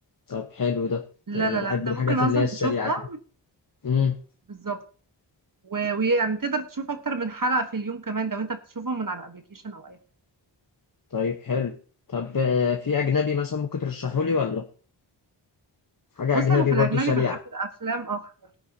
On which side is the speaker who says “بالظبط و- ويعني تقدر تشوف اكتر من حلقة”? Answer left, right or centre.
Right